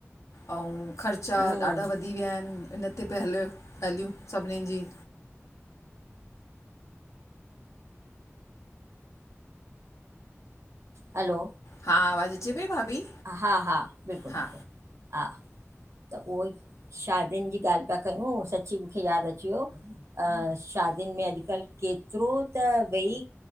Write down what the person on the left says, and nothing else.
ऐं ख़र्चा
ॾाढा वधी विया आहिन इन तेे पि हल हलियूं सभिनीनि जी
हा आवाज़ अचे पई भाभी
हा